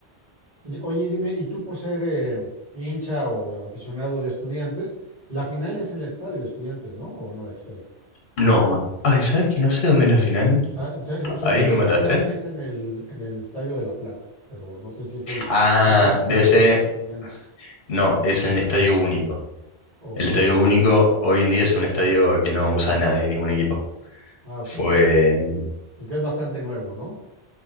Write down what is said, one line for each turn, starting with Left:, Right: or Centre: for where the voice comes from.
Right: Y oye, y dime, ¿y tú por ser eh, hincha o aficionado de estudiantes, la final es en el estadio de estudiantes, ¿no? ¿O no es ahí?
Left: no. Ay, ¿sabes que no sé dónde es la final?
Right: La- se- según
Left: Ahí me
Right: yo,
Left: mataste.
Right: la final es en el, en el Estadio de La Plata, pero no sé si es el
Left: Ah,
Right: mismo estadio
Left: debe ser.
Right: de estudiantes.
Left: No, es en el Estadio Único.
Right: Ok,
Left: El Estadio Único hoy en día es un estadio que no usa nadie, ningún equipo.
Right: ah, ok,
Left: Fue.
Right: que- que-
Left: mm,
Right: el que es bastante nuevo, ¿no?